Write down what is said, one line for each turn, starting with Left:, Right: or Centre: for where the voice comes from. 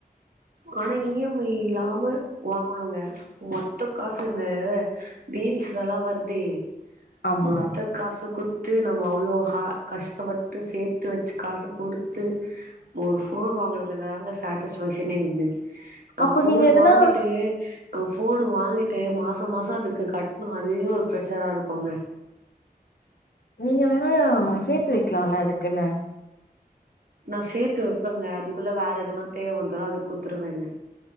Right: ஆனா இ எம் ஐ இல்லாம வாங்கணுங்க மொத்தோ காசு இந்த ரீல்ஸ்லல்லா வருதே
Left: ஆமா
Right: மொத்த காசு குத் டு நம்ம அவ்ளோ ஹ கஷ்டப்பட்டு சேத்து வச்சு காச குடுத்து ஒரு ஃபோன் வாங்கறதுல தாங்க சேட்டிஸ் பங்க்ஷனே இது ஆ
Left: அப்போ
Right: ஃபோன்
Left: நீங்க எதுனா
Right: வாங்கிட்டு நம்ம ஃபோன் வாங்கிட்டு மாச மாசோ அதுக்கு கட்ணூ அதுவே ஒரு ப்ரெஷரா இருக்கூங்க
Left: நீங்க வேணா சேத்து வெக்கலால்ல இதுக்குன்னு
Right: நா சேத்து வெப்பேங்க அதுக்குள்ள வேற எதனா தேவ வந்துரூ அதுக் குத்துருவேங்க